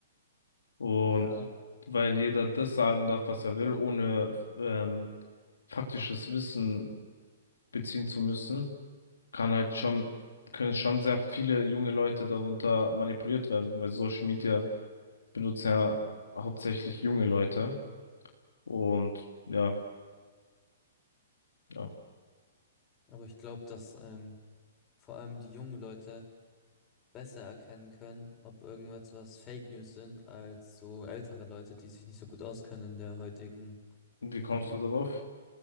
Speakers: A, on the left; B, on the left.
A: Und
B: Ja,
A: weil jeder das sagen darf, was er will, ohne ähm, faktisches Wissen beziehen zu müssen, kann halt schon, können schon sehr viele junge Leute darunter manipuliert werden, weil Social Media benutzen ja hauptsächlich junge Leute. Und ja, ja.
B: aber ich glaube, dass ähm, vor allem die jungen Leute besser erkennen können, ob irgendwas was Fake News sind, als so ältere Leute, die sich nicht so gut auskennen in der heutigen,
A: Und Wie kommst
B: ähm,
A: du darauf?